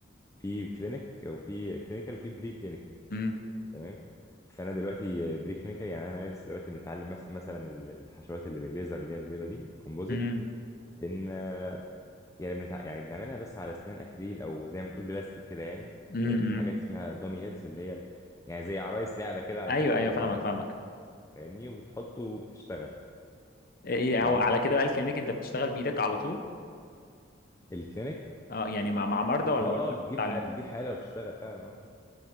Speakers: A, on the left; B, on the left.
A: في كلينيك وفي كلينيكال وفي بري كلينيكال
B: امم
A: تمام فانا دلوقتي آه، بري كلينيكال يعني انا لسه دلوقتي بنتعلم مس- مثلا ال- الحشوات اللي بالليزر اللي هي البيضه دي الكومبوزيت
B: امم
A: بن آه، يعني بنتع... يعني بنعملها بس على اسنان اكريل او زي ما تقول بلاستيك كده يعني ف-
B: امم
A: في حاجات اسمها دامي هيدز اللي هي ال- يعني زي عرايس لعبه كده على
B: ايوه
A: شكل
B: ايوه
A: آه،
B: فاهمك فاهمك
A: فاهمني وبتحطه وبتشتغل
B: ايه إيه،
A: تمام
B: هو على كده بقى الكلينيكال انت بتشتغل بإيدك على طول
A: الكلينيك
B: اه يعني مع مع مرضى ولا
A: اه
B: برضه
A: اه بتجيب
B: بتتعلم
A: حاله بتجيب حاله وبتشتغل فعلا آه.